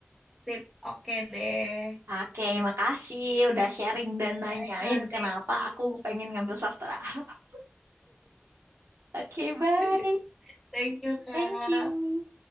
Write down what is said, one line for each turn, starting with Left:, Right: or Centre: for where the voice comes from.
Centre: sip. Oke deh.
Right: Oke, makasih udah sharing dan nanyain
Centre: Bye Kak, thank
Right: kenapa
Centre: you.
Right: aku pengen ngambil sastra. <laughs> Oke, bye.
Centre: <laughs> Thank you Kak.
Right: Thank you.